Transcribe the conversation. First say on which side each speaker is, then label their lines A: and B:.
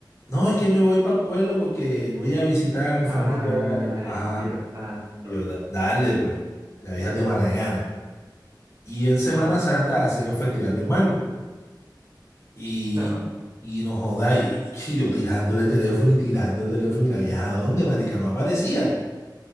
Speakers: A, on the left (about 40°); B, on the right (about 45°).
A: no, es que me voy para el pueblo porque voy a visitar a mi familia
B: Ay,
A: allá". Y yo, Ajá,
B: Dios santo.
A: Y yo, "Da- dale pues. La vieja es de mala gana. Y en Semana
B: Ajá,
A: Santa hacen el Festival del Mango. Y,
B: claro,
A: y no joda, y chi, yo tirándole teléfono y tirando el teléfono y la vieja, ¿dónde, marica? No aparecía.